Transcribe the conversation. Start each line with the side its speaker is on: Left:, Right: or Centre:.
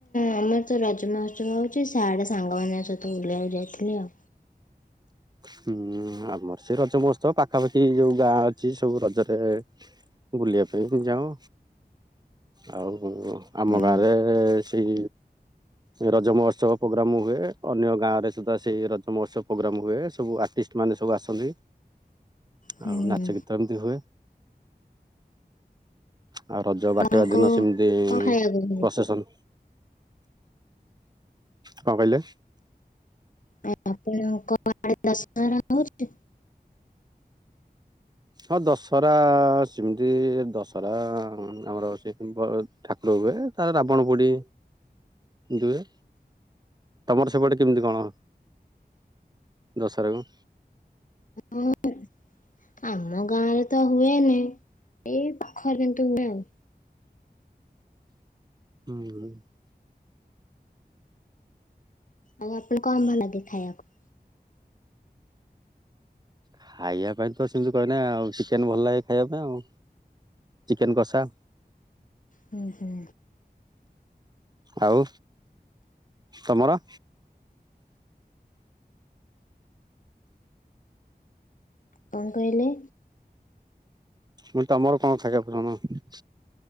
Left: ଆମର ତ ରଜ ମହୋତ୍ସବ ହଉଚି ସାଢେ ସାଙ୍ଗମାନଙ୍କ ସହିତ ବିଲିବାକୁ ଯାଇଥିଲି ଆଉ।
Right: ହୁଁ ଆମର ସେ ରଜ ମହୋତ୍ସବ ପାଖାପାଖି ଯୋଉ ଗାଁ ଅଛି ସବୁ ରଜରେ ବୁଲିବା ପାଇଁ ଯାଉଁ ଆଉ ଆମ
Left: ହୁଁ
Right: ଗାଁରେ ସେଇ ରଜ ମହୋତ୍ସବ ପୋଗ୍ରାମ ହୁଏ ଅନ୍ୟ ଗାଁ ରେ ସୁଧା ସେଇ ରଜ ମହୋତ୍ସବ ପୋଗ୍ରାମ ହୁଏ। ସବୁ ଆର୍ଟିଷ୍ଟ ମାନେ ସବୁ ଆସନ୍ତି,
Left: ହୁଁ
Right: ଆଉ ନାଚ ଗୀତ ଏମିତି ହୁଏ। ଆଉ ରଜ ବାଟେଇବା
Left: ଆପଣଙ୍କୁ
Right: ଦିନ ସେମିତି
Left: କଣ ଖାଇବାକୁ ମିଳେ?
Right: ପ୍ରସେଶନ୍ କଣ କହିଲେ?
Left: ଆଉ ଆପଣଙ୍କ ଆଡେ ଦଶହରା ହଉଚି?
Right: ହଁ ଦଶରା-ଆ ସିମିତି ଦଶରା ଆମର ସେକୁ ବ ଠାକୁର ହୁଏ। ତାର ରାବଣ ପୋଡି ଦୁହେ। ତମର ସେପଟେ କେମିତି କଣ? ଦଶରା ଗୁ
Left: ହ <inaudible> ଆମ ଗାଁ ରେ ତ ହୁଏନି। ଏଇ ପୋଖରେନ୍ତୁ ହୁଏ ଆଉ।
Right: ହୁଁ।
Left: ଆଉ ଆପଣ କଣ ଭଲାଗେ ଖାଇଆକୁ?
Right: ଖାଇବା ପାଇଁ ତ ସେମିତି କହିନେ, ଆଉ ଚିକେନ ଭଲ ଲାଗେ ଖାଇବା ପାଇଁ ଆଉ। ଚିକେନ କଷା।
Left: ହୁଁ ହୁଁ।
Right: ଆଉ ତମର
Left: କଣ କହିଲେ?
Right: ମୁଁ ତମର କଣ ଖାଇବାକୁ ପସନ?